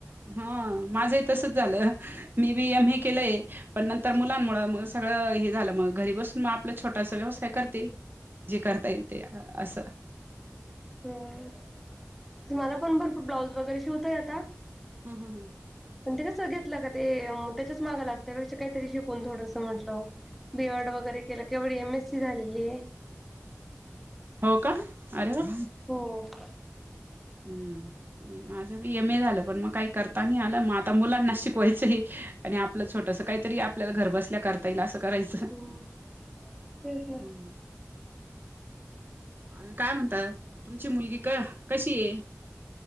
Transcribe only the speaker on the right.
हा माझं ही तसच झालं मी बी एम ए केलंय. पण नंतर मुलांमुळे मग सगळं हे झालं मग घरी बसून मग आपलं छोटासा व्यवसाय करते. जे करता येईल ते असं.
ह ह ह.
हो का अरे वा.
हम्म. माझं बी एम ए झालं पण मग काही करता नाही आलं मग आता मुलांना शिकवायचं ये. आणि आपलं छोटस काहीतरी आपल्याला घर बसल्या कर ता येईल असं करायचं
हम्म. आणि काय म्हणतात तुमची मुलगी क कशी आहे.